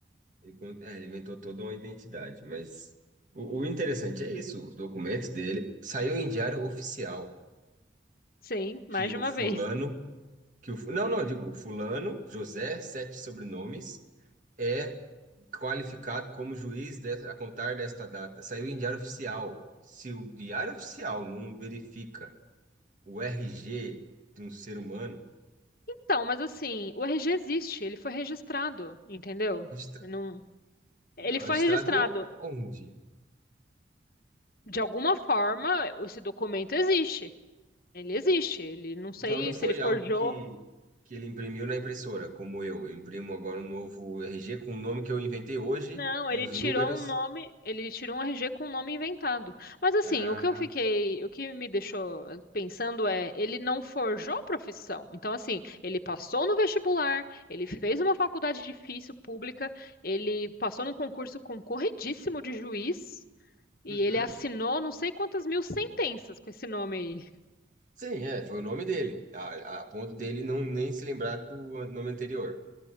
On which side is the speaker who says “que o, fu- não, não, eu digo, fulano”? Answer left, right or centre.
Right